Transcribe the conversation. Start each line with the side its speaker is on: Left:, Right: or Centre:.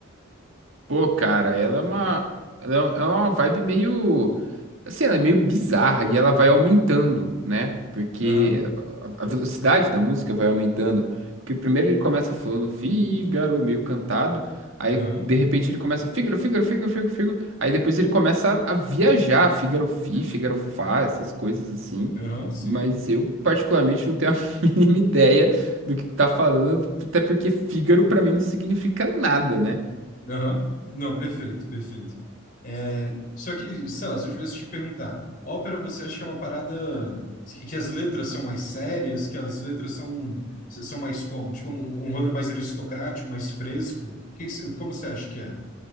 Right: Pô, cara, ela é uma, ela é uma vibe meio. Assim, ela é meio bizarra e ela vai aumentando, né? Porque
Left: Aham,
Right: a, a- a velocidade da música vai aumentando. Porque primeiro ele começa falando Fígaro, meio cantado. Aí,
Left: aham,
Right: de repente, ele começa Fígaro, Fígaro, Fígaro, Fígaro, Fígaro. Aí depois ele começa a, a viajar, Fígaro Fi, Fígaro Fá, essas coisas assim.
Left: aham, sim.
Right: Mas eu, particularmente, não tenho a <laughs> mínima ideia do que que tá falando. Até porque Fígaro, pra mim, não significa nada, né?
Left: Aham. Não, perfeito, perfeito. É, só que, sei lá, se eu tivesse que te perguntar, ópera você acha que é uma parada que, que as letras são mais sérias, que as letras são, são mais como? Tipo, um, um rolê mais aristocrático, mais fresco? Que, que cê- como você acha que é?